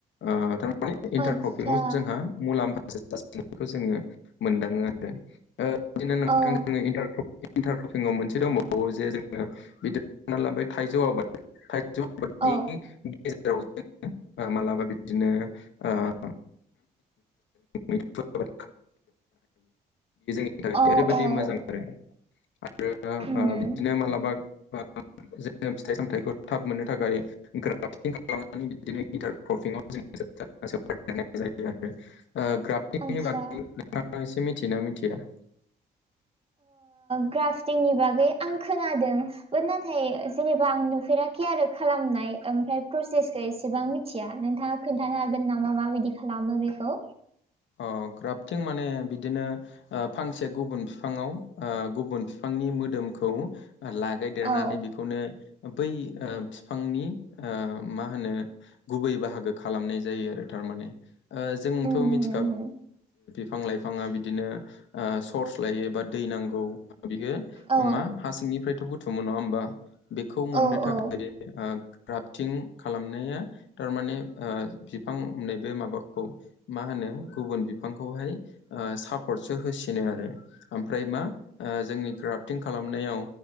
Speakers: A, on the left; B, on the right.
A: ओ थारमे इन्टार
B: आतसा
A: क्रपिंआव जोंहा मुलाम्फ जाखौ जोङो मोनदाङो आरो ओ बिदिनो नोंथां
B: औ
A: जों इन्टारक्रपिंआव मोनसे दंबावो जे जोङो बिदिा लाबाय थाइजौ आबाद खायनि
B: औ
A: <unintelligible> गेजेराव जो मालाबा बिदिनो हायो बेयो जों <unintelligible> थाखाय
B: औ
A: ओरैबायाददि
B: औ
A: मोजां आरो आरो
B: उम
A: ओ बिदिनो मालाबा ओ जोङो फिथाइ सामथायाइखौ थाब मोननो थाखाय ग्राफटिं खालाम नाय <unintelligible>
B: आतसा
A: नोंथाङा एसे मिथिनाा मिथिया
B: ग्राफ्टिंनि बागै आं खोनादों ब नाथाय जेनेबा आं नुफेराखै आरो खालामनाय ओमफ्राय प्रसेसखौ एसेबां मिथि मिथिया नोंथाङा खोन्थानो हागोन नामा माबायदि खालामो बेखौ
A: अ ग्राफ्टिं माने बिदिनो फांसे गुबुन बिफाङाव गुबुन बिफांनि मोदोमखौ ला गायदेरनानै
B: औ
A: बेखौनो बै ओ बिफांनि ओ मा होनो गुबै बाहागो खालामनाय जायो आरो थारमाने ओ जोंथ'
B: उम उम
A: मिथि
B: उम
A: बिफां लाइफाङा बिदिनो सर्स लायो बा दै नांगौ बियो
B: औ
A: मा हा सिंनिफ्रायथ' बुथुमो नङा होमबा बेखौ मोननो
B: औ
A: थाखाय
B: औ
A: ओ क्राफ्टिं खालामनाया थारमाने ओ बिफां नै बे माबाखौ मा होनो गुबुन बिफांखौहाय ओ सापर्टसो होसिनो आरो ओमफ्राय मा ओ जोंनि क्राफटिं खालामनायाव